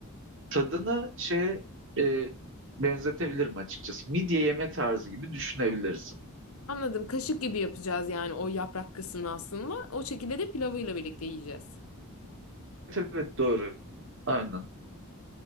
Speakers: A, on the right (about 60°); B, on the left (about 70°).
A: tadını şeye e, benzetebilirim açıkçası. Midye yeme tarzı gibi düşünebilirsin.
B: Anladım. Kaşık gibi yapacağız yani o yaprak kısmını aslında. O şekilde de pilavıyla birlikte yiyeceğiz.
A: Evet, evet doğru. Aynen.